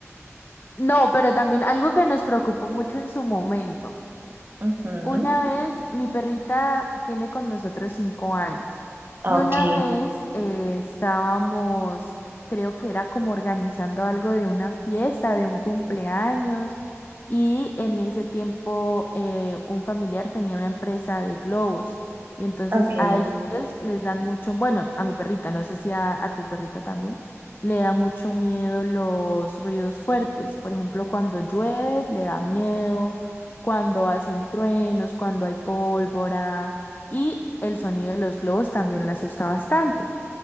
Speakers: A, on the left; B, on the right.
A: No, pero también algo que nos preocupó mucho en su momento.
B: Ujú,
A: Una vez, mi perrita tiene con nosotros cinco años
B: Ok,
A: y una vez eh, estábamos, creo que era como organizando algo de una fiesta, de un cumpleaños y en ese tiempo eh, un familiar tenía una empresa de globos y entonces
B: ok.
A: a ellos les dan mucho, bueno, a mi perrita, no sé si a, a tu perrita también. Le da mucho miedo los ruidos fuertes. Por ejemplo, cuando llueve, le da miedo cuando hacen truenos, cuando hay pólvora y el sonido de los globos también la asusta bastante.